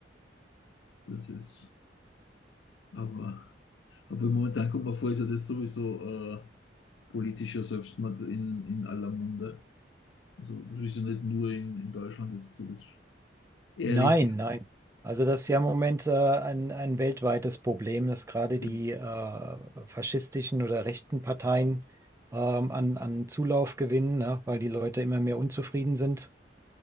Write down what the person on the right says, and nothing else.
Nein,
nein. Also, das ist ja im Moment äh, ein, ein weltweites Problem, dass gerade
die äh, faschistischen oder rechten Parteien ähm, an, an Zulauf gewinnen, ne? Weil die Leute immer mehr unzufrieden sind.